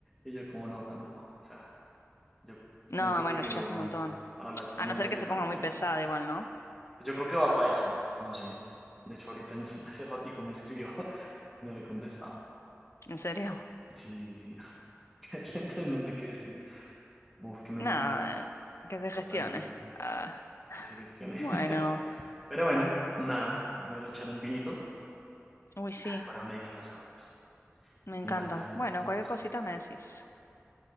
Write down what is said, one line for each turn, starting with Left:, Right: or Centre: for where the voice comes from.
Centre: Y yo como, no, tampoco. O sea, yo
Left: No,
Centre: como que
Left: bueno,
Centre: prefiero
Left: ya es un montón.
Centre: hablar con
Left: A no
Centre: ella
Left: ser
Centre: directamente
Left: que se ponga muy
Centre: y
Left: pesada
Centre: tal.
Left: igual, ¿no?
Centre: Yo creo que va para eso, no No sé. De hecho, ahorita <laughs> hace ratico me escribió. No le contestaba.
Left: ¿En serio?
Centre: Sí, sí, sí. <laughs> Entonces no sé qué decirle. Como
Left: <laughs>
Centre: Porque me...
Left: Nada, que se gestione.
Centre: Totalmente.
Left: Ah,
Centre: Que se gestione. <laughs>
Left: bueno.
Centre: Pero bueno, nada. Voy a ir a echar un vinito
Left: Uy, sí,
Centre: para meditar las cosas.
Left: me encanta.
Centre: Y nada, ya,
Left: Bueno,
Centre: ya
Left: cualquier
Centre: después.
Left: cosita me decís.